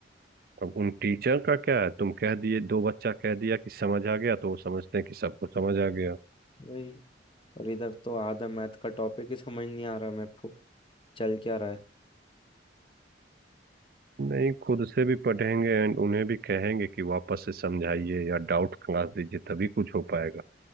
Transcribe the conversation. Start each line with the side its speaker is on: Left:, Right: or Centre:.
Right: अब उन टीचर का क्या है तुम कह दिए दो बच्चा कह दिया कि समझ आ गया तो वो समझते हैं कि सबको समझ आ गया
Left: वही और इधर तो आधा मैथ का टॉपिक ही समझ नहीं आ रहा मेरे को चल क्या रहा है
Right: नहीं खुद से भी पढ़ेंगे एंड उन्हें भी कहेंगे कि वापस से समझाइए या डाउट क्लास दीजिए तभी कुछ हो पाएगा